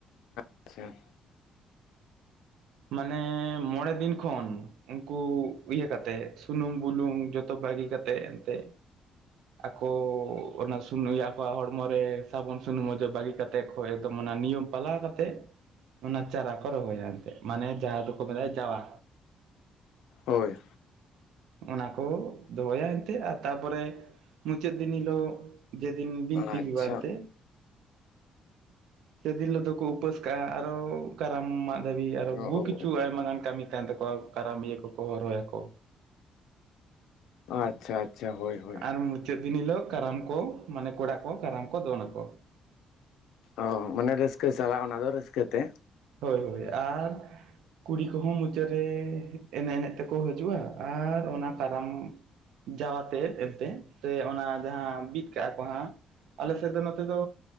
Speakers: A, on the left; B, on the right.
A: ᱟᱪᱪᱷᱟ,
B: ᱢᱟᱱᱮ ᱢᱚᱬᱮ ᱫᱤᱱ ᱠᱷᱚᱱ ᱩᱱᱠᱩ ᱤᱭᱟᱹ ᱠᱟᱛᱮᱜ ᱥᱩᱱᱩᱢ ᱵᱩᱞᱩᱝ ᱡᱚᱛᱚ ᱵᱟᱹᱜᱤ ᱠᱟᱛᱮᱫ ᱮᱱᱛᱮ,
A: <inaudible>
B: ᱟᱠᱚ ᱚᱱᱟ ᱥᱩᱱᱩᱢ ᱟᱠᱚᱣᱟᱜ ᱦᱚᱲᱢᱚᱨ ᱨᱮ ᱥᱟᱵᱚᱱ ᱥᱩᱱᱩᱢ ᱢᱚᱡᱮ ᱵᱟᱹᱜᱤ ᱠᱟᱛᱮᱜ ᱦᱳᱭ ᱮᱠᱫᱚᱢ ᱚᱱᱟ ᱱᱤᱭᱚᱢ ᱯᱟᱞᱟ ᱠᱟᱛᱮᱜ ᱚᱱᱟ ᱪᱟᱨᱟ ᱠᱚ ᱨᱚᱦᱚᱭᱟ ᱮᱱᱛᱮᱫ᱾ ᱢᱟᱱᱮ ᱡᱟᱦᱟᱸ ᱫᱚᱠᱚ ᱢᱮᱛᱟᱜᱼᱟ ᱡᱟᱣᱟ,
A: ᱦᱳᱭ,
B: ᱚᱱᱟ ᱠᱚ ᱫᱚᱦᱚᱭᱟ ᱮᱱᱛᱮᱜ ᱟᱨ ᱛᱟᱨᱯᱚᱨᱮ, ᱢᱩᱪᱟᱹᱜ ᱫᱤᱱ ᱦᱤᱞᱳᱜ ᱡᱮᱫᱤᱱ ᱵᱤᱱᱛᱤ
A: ᱟᱪᱪᱷᱟ
B: ᱦᱩᱭᱩᱜᱼᱟ ᱮᱱᱛᱮ, ᱥᱮ ᱫᱤᱱ ᱦᱤᱞᱳᱜ ᱫᱚ ᱠᱚ ᱩᱯᱟᱹᱥ ᱠᱟᱜᱼᱟ ᱟᱨᱦᱚᱸ ᱠᱟᱨᱟᱢ ᱢᱟᱜ ᱫᱷᱟᱹᱵᱤᱡ,
A: ᱚ
B: ᱵᱩᱦᱩ ᱠᱤᱪᱷᱩ ᱟᱭᱢᱟ ᱜᱟᱱ ᱠᱟᱹᱢᱤ ᱛᱟᱦᱮᱱ ᱛᱟᱠᱚᱣᱟ ᱠᱟᱨᱟᱢ ᱤᱭᱟᱹ ᱠᱚᱠᱚ ᱦᱚᱨᱦᱚᱭᱟᱠᱚ,
A: ᱚ ᱟᱪᱪᱷᱟ ᱟᱪᱪᱷᱟ, ᱦᱳᱭ ᱦᱳᱭ
B: ᱟᱨ ᱢᱩᱪᱟᱹᱜ ᱫᱤᱱ ᱦᱤᱞᱳᱜ ᱠᱟᱨᱟᱢ ᱠᱚ ᱢᱟᱱᱮ ᱠᱚᱲᱟ ᱠᱚ ᱠᱟᱨᱟᱢ ᱠᱚ ᱫᱚᱱ ᱟᱠᱚ,
A: ᱚ ᱢᱟᱱᱮ ᱨᱟᱹᱥᱠᱟᱹ ᱥᱟᱞᱟᱜ ᱚᱱᱟ ᱫᱚ ᱨᱟᱹᱥᱠᱟᱹ ᱛᱮ,
B: ᱦᱳᱭ ᱦᱳᱭ ᱟᱨ, ᱠᱩᱲᱤ ᱠᱚᱦᱚᱸ ᱢᱩᱪᱟᱹᱫ ᱨᱮ ᱮᱱᱮᱡ ᱮᱱᱮᱡ ᱛᱮᱠᱚ ᱦᱤᱡᱩᱜᱼᱟ ᱟᱨ ᱚᱱᱟ ᱠᱟᱨᱟᱢ ᱡᱟᱣᱟᱛᱮ ᱮᱱᱛᱮᱜ ᱥᱮ ᱚᱱᱟ ᱡᱟᱦᱟᱸ ᱵᱤᱫ ᱠᱟᱜᱼᱟ ᱠᱚ ᱦᱟᱸᱜ, ᱟᱞᱮᱥᱮᱫ ᱫᱚ ᱱᱚᱛᱮ ᱫᱚ